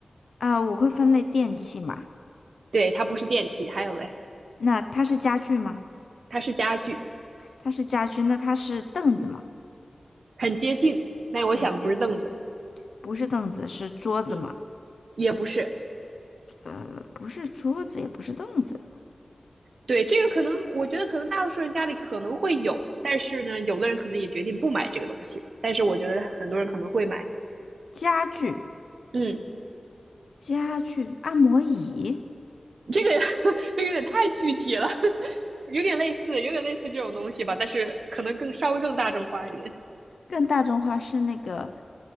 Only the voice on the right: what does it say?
对，它不是电器，还有嘞，
它是家具，
很接近。那我想的不是凳子，
嗯，也不是。
对，这个可能我觉得可能大多数人家里可能会有，但是呢，有的人可能也决定不买这个东西，但是我觉得很多人可能会买。
嗯，
这个 <laughs> 这个有点太具体了，<laughs> 有点类似，有点类似这种东西吧，但是可能更稍微更大众化一点。